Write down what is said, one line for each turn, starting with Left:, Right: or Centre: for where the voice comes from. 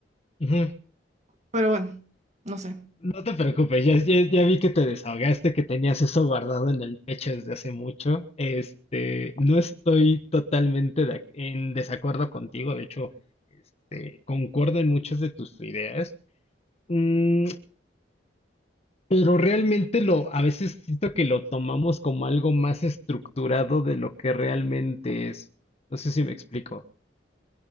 Left: Ujú.
Right: Pero bueno, no sé.
Left: No te preocupes, ya, ya- ya vi que te desahogaste, que tenías eso guardado en el pecho desde hace mucho. Este, no estoy totalmente de ac- en desacuerdo contigo, de hecho, este, concuerdo en muchas de tus ideas, Mm, pero realmente lo, a veces siento que lo tomamos como algo más estructurado de lo que realmente es. No sé si me explico.